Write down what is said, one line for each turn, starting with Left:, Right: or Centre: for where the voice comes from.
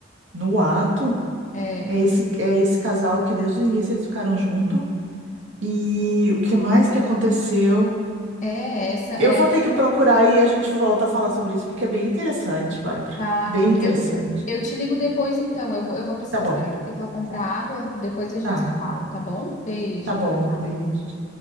Right: no ato.
Left: É,
Right: É esse, é esse casal que desde o início eles ficaram junto. E o que mais que aconteceu?
Left: é essa, essa
Right: Eu vou ter
Left: era
Right: que procurar
Left: a questão.
Right: e a gente volta a falar sobre isso, porque é bem interessante, Bárbara.
Left: Tá.
Right: Bem interessante.
Left: Eu, eu te ligo depois, então. Eu vou, eu vou precisar
Right: Tá bom.
Left: sair, vou ter que ir lá comprar água. Depois a gente
Right: Tá.
Left: se fala, tá bom? Beijo.
Right: Tá bom.
Left: Tchau, tchau.
Right: Beijo.